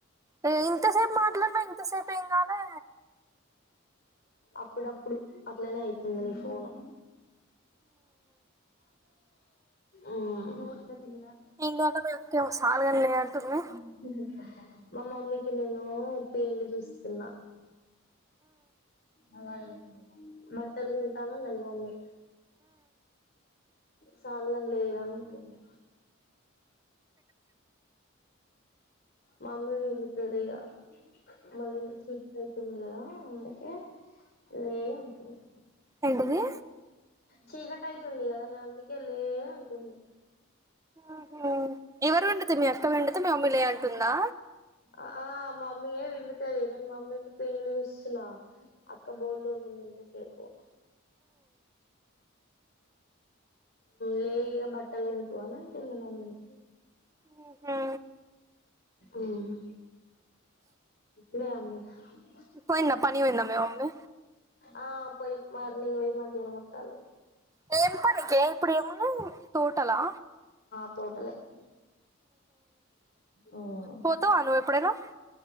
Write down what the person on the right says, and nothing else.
ఏ ఇంతసేపు మాట్లాడినా ఇంతసేపు ఏం కాలే
ఏంటంటే మీ అక్క ఏమో సాలుగాని లేనట్టుంది
ఏంటిది
ఉహు ఎవరు విండుతరు మీ అక్క విండుత మమ్మీ లే అంటుందా
ఉహు
పోయింద పని వయింద మేమ్మె
నేం పనికే ఇప్పుడు ఎన్న టోటలా
పోత వాను ఎప్పుడ నా